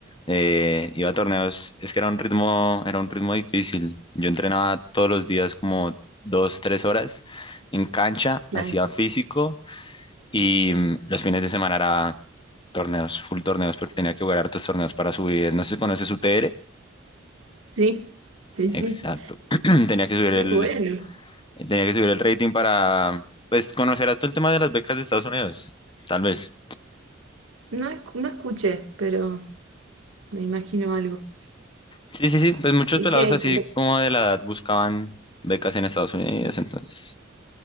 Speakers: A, on the left; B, on the right.
A: Eh, iba a torneos, es que era un ritmo, era un ritmo difícil. Yo entrenaba todos los días como dos, tres horas en cancha,
B: claro.
A: hacía físico y mm, los fines de semana era torneos, full torneos, porque tenía que jugar hartos torneos para subir. No sé si conoces UTR.
B: Sí, sí,
A: Exacto.
B: sí.
A: <clears throat> Tenía que subir
B: Qué
A: el,
B: bueno.
A: tenía que subir el rating para, pues, conocer hasta el tema de las becas de Estados Unidos, tal vez.
B: No, es- no escuché, pero me imagino algo.
A: Sí, sí, sí, pues muchos
B: ¿De
A: pelados
B: qué?
A: así como de la edad buscaban becas en Estados Unidos, entonces